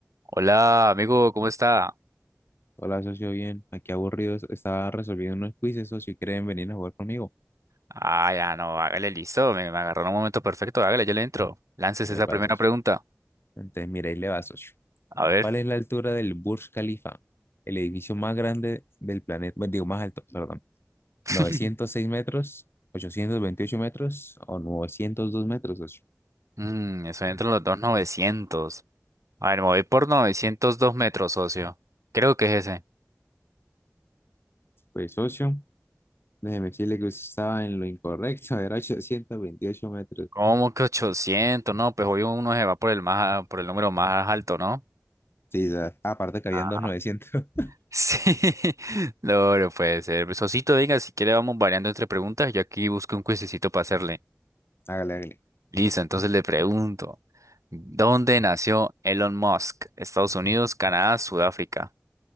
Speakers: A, on the right; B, on the left.
A: Hola, amigo, ¿cómo está?
B: Hola, socio, bien. Aquí aburrido. Estaba resolviendo unos quizzes, socio, y quieren venir a jugar conmigo.
A: Ah, ya no, hágale listo, me, me agarró en un momento perfecto, hágale, yo le entro. Lances
B: Epa,
A: esa primera
B: socio.
A: pregunta.
B: Entonces, mira, ahí le va, socio.
A: A ver.
B: ¿Cuál es la altura del Burj Khalifa? El edificio más grande del planeta. Bueno, digo, más alto, perdón.
A: <laughs>
B: ¿906 metros? ¿828 metros? ¿O 902 metros, socio?
A: Mm, eso entra en los dos novecientos. A ver, me voy por 902 metros, socio. Creo que es ese.
B: Pues, socio, déjeme decirle que usted estaba en lo incorrecto. <laughs> Era 828 metros.
A: ¿Cómo que 800? No, pues hoy uno se va por el más, por el número más alto, ¿no?
B: Sí, ya. Aparte que habían
A: Ah.
B: dos 900. <laughs>
A: Sí. <laughs> No, no puede ser. Socito, venga, si quiere vamos variando entre preguntas. Yo aquí busco un cuisecito para hacerle.
B: Hágale, hágale.
A: Listo, entonces le pregunto, ¿dónde nació Elon Musk? ¿Estados Unidos, Canadá, Sudáfrica?